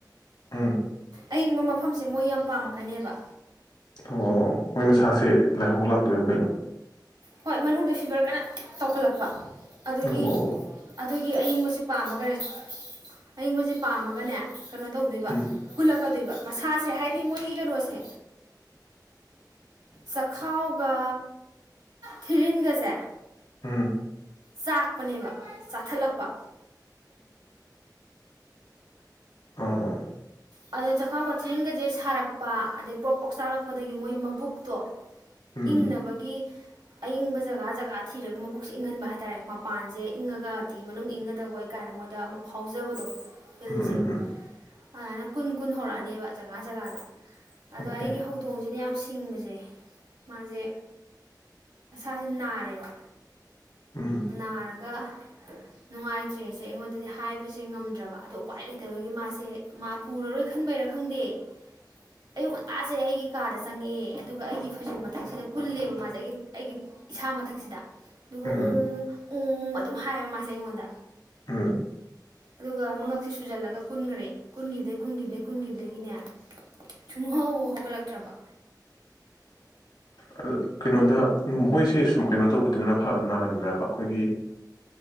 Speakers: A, on the left; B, on the right.
A: ꯎꯝ
B: ꯑꯌꯤꯡꯕ ꯃꯐꯝꯁꯦ ꯃꯣꯏ ꯌꯥꯝ ꯄꯥꯝꯃꯛꯀꯅꯦꯕ
A: ꯑꯣ ꯃꯣꯏ ꯃꯁꯥꯁꯦ ꯂꯥꯏꯍꯧ ꯂꯥꯛꯇꯣꯏꯔꯣ ꯀꯩꯅꯣ
B: ꯍꯣꯏ ꯃꯅꯨꯡꯗ ꯐꯤꯚꯔ ꯀꯟꯅ ꯇꯧꯈꯠꯂꯛꯄ ꯑꯗꯨꯒꯤ
A: ꯑꯣ
B: ꯑꯗꯨꯒꯤ ꯑꯏꯤꯡꯕꯕꯁꯤ ꯁꯤ ꯄꯥꯝꯃꯒꯅꯦ ꯑꯌꯤꯡꯕꯁꯤꯦ ꯄꯥꯝꯃꯒꯅꯦ ꯀꯩꯅꯣ ꯇꯧꯗꯣꯏꯕ
A: ꯎꯝ
B: ꯀꯜꯂꯛꯀꯗꯣꯏꯕ ꯃꯁꯥꯁꯦ ꯍꯥꯏꯗꯤ ꯃꯣꯏꯒꯤ ꯀꯩꯅꯣꯁꯦ ꯆꯈꯥꯎꯒ ꯊꯤꯔꯤꯟꯒꯁꯦ
A: ꯎꯝ
B: ꯆꯥꯛꯄꯅꯦꯕ ꯆꯥꯈꯠꯂꯛꯄ
A: ꯑ
B: ꯑꯗ ꯆꯈꯥꯎ ꯀꯊꯦꯜꯒꯁꯦ ꯁꯥꯔꯛꯄ ꯑꯗꯩ ꯄ꯭ꯔꯞ ꯄꯣꯛ ꯆꯥꯂꯛꯄꯗꯒꯤ ꯃꯣꯏ ꯃꯕꯨꯛꯇꯣ
A: ꯎꯝ
B: ꯏꯪꯅꯕꯒꯤ ꯑꯏꯪꯕ ꯖꯒꯥ ꯖꯒꯥ ꯊꯤꯔꯒ ꯃꯕꯨꯛꯁꯦ ꯏꯪꯍꯟꯕ ꯍꯥꯏꯇꯥꯔꯦ ꯃꯄꯥꯟꯁꯦ ꯏꯪꯉꯒꯗꯤ ꯃꯅꯨꯡ ꯏꯪꯒꯗꯕꯣꯏ ꯀꯥꯏꯅ ꯃꯣꯏꯗ ꯑꯃ ꯐꯥꯎꯖꯕꯗꯣ ꯐꯜꯖꯦ
A: ꯎꯝ ꯎꯝ ꯎꯝ
B: ꯑꯅ ꯀꯨꯟ ꯍꯧꯔꯛꯑꯅꯦꯕ ꯖꯒꯥ ꯖꯒꯥꯗ ꯑꯗꯣ
A: ꯑꯣꯀꯦ
B: ꯑꯩꯒꯤ ꯍꯧꯗꯣꯡꯁꯤꯅ ꯌꯥꯝ ꯁꯤ ꯤꯡꯕꯁꯦ ꯃꯥꯁꯦ ꯃꯁꯥꯁꯦ ꯅꯥꯔꯦꯕ
A: ꯎꯝ
B: ꯅꯥꯔꯒ ꯅꯨꯡꯉꯥꯏꯇ꯭ꯔꯦꯁꯦ ꯑꯩꯉꯣꯟꯗꯗꯤ ꯍꯥꯏꯕꯁꯦ ꯉꯝꯗ꯭ꯔꯕ ꯑꯗꯣ ꯎꯋꯥꯏ ꯂꯩꯇꯕꯒꯤ ꯃꯥꯁꯦ ꯃꯥ ꯄꯨꯔꯔꯣꯏ ꯈꯟꯕꯩꯔꯥ ꯈꯪꯗꯦ ꯑꯌꯨꯛ ꯉꯟꯇꯥꯁꯦ ꯑꯩꯒꯤ ꯀꯥꯗ ꯆꯪꯉꯛꯑꯦ ꯑꯗꯨꯒ ꯑꯩꯒꯤ ꯐꯩꯖꯣꯝ ꯃꯊꯛꯁꯤꯗ ꯀꯨꯜꯂꯦꯕ ꯃꯥꯁꯦ ꯑꯩꯒꯤ ꯑꯩꯒꯤ ꯏꯁꯥ ꯃꯊꯛꯁꯤꯗ ꯑꯗꯨꯒ
A: ꯎꯝ
B: ꯎ ꯎ ꯑꯗꯨꯝ ꯍꯥꯏꯌꯦ ꯃꯥꯁꯦ ꯑꯩꯉꯣꯟꯗ
A: ꯑꯝ
B: ꯑꯗꯨꯒ ꯃꯉꯛꯁꯤ ꯁꯨꯖꯜꯂꯒ ꯀꯨꯟꯈ꯭ꯔꯦ ꯀꯨꯟꯈꯤꯕꯗꯩ ꯀꯨꯟꯈꯤꯕꯗꯒꯤꯩ ꯀꯨꯟꯈꯤꯕꯗꯒꯤꯅꯦ ꯁꯨꯡꯍꯧ ꯍꯧꯒꯠꯂꯛꯇ꯭ꯔꯕ
A: ꯑ ꯀꯩꯅꯣꯗ ꯃꯣꯏꯁꯦ ꯁꯨꯝ ꯀꯩꯅꯣ ꯇꯧꯕꯗꯅ ꯅꯥꯒꯟꯕ꯭ꯔꯕ ꯑꯩꯈꯣꯏꯒꯤ